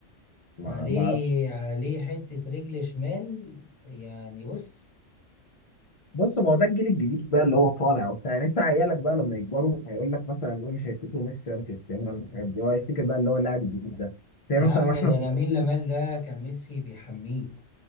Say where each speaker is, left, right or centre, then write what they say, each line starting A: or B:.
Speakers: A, on the left; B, on the left.
A: ما
B: عليه
A: ما اعرفش
B: عليه حتة رجل شمال يعني بص
A: بص ما هو ده الجيل الجديد بقى اللي هو طالع وبتاع يعني انت عيالك بقى لما يكبروا هيقول لك مثلا هو مش هيفتكروا ميسي ولا كريستيانو ولا الحاجات دي هو هيفتكر بقى اللي هو اللاعب الجديد ده زي
B: يا
A: مثلا
B: عم
A: واحنا
B: ده
A: صغيرين
B: لامين يامال ده كان ميسي بيحميه